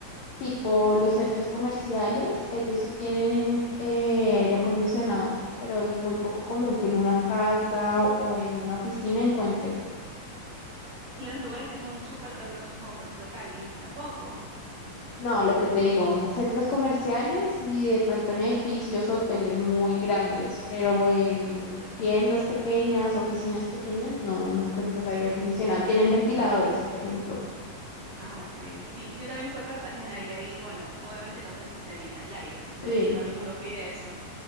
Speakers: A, on the left; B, on the right.
A: tipo los centros comerciales, ellos sí tienen eh, aire acondicionado, pero es muy poco común que en una casa o en una oficina encuentres.
B: ¿Y en los lugares que son súper calurosos como por ejemplo Cali? Tampoco.
A: No, lo que te digo, en centros comerciales y de pronto en edificios, hoteles muy grandes, pero en tiendas pequeñas, oficinas pequeñas, no, no encuentras aire acondicionado. Tienen ventiladores, por ejemplo.
B: Ah, ok. Sí, yo también fui a Cartagena y ahí, bueno, obviamente el hotel sí tenía el aire, pues no,
A: Sí.
B: porque también uno pide eso.